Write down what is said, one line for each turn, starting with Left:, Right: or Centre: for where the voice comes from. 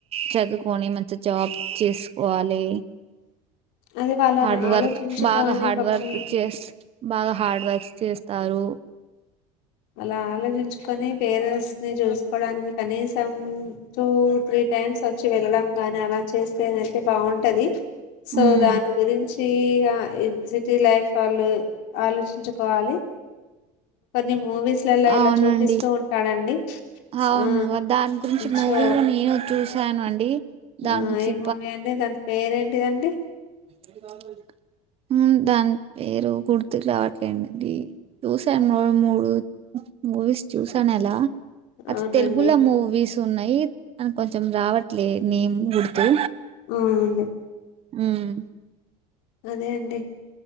Right: చదువుకొని మంచి జాబ్ చేసుకోవాలి
Left: అది వాళ్ళని
Right: హార్డ్
Left: ఆలోచించుకొని
Right: వర్క్ బాగా హార్డ్
Left: పాపం
Right: వర్క్ చేస్త్ బాగా హార్డ్ వర్క్ చేస్తారు
Left: అలా ఆలోచించుకొని పేరెంట్స్ ని చూసుకోడానికి కనీసం టూ త్రీ టైమ్స్ వచ్చి వెళ్లడం గాని అలా చేస్తే అయితే బాగుంటది సో
Right: హ్మ్.
Left: దాని గురించి ఫ్రీ గా సిటీ లైఫ్ వాళ్ళు ఆలోచించుకోవాలి ఈ మూవీస్లల్లో
Right: అవునండి.
Left: ఇలా చూపిస్తూ ఉంటాడండి
Right: అవును
Left: ఆ
Right: దాని గురించి మూవీలు
Left: సో
Right: నేను చూసాను అండి దాని
Left: ఆ
Right: గురించి
Left: ఏమో మూవి అండి దాని పేరేంటిదండి
Right: ఇది కాదే మ్మ్ దాని పేరు గుర్తు రావట్లేదండి చూసాను రెండు మూడు మూవీస్ చూసాను అలా అది
Left: అవునండి
Right: తెలుగులో మూవీస్ ఉన్నాయి అని కొంచెం రావట్లే నేమ్ గుర్తు
Left: మ్మ్ హ్హ్
Right: మ్మ్
Left: అదే అండి